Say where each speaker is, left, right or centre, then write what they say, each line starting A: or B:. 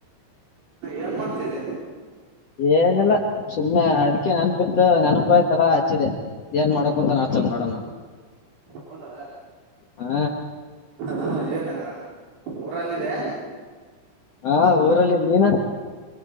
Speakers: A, on the right; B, on the left.
A: ಏನ್ ಮಾಡ್ತಿದ್ದ
B: ಏನಿಲ್ಲ ಸುಮ್ನೆ ಅದಕ್ಕೆ ನೆನಪತ್ತು ನೆನಪುಾಯ್ತಲಾ ಹಚ್ಚಿದೆ ಏನ್ ಮಾಡಕ್ ಂತ ನಡ
A: ಹೌದಾ
B: ಹ
A: ಹಾ ಏನ ಊರಲ್ಲಿದೆ
B: ಹಾ ಊರಲ್ಲಿ ನೀನು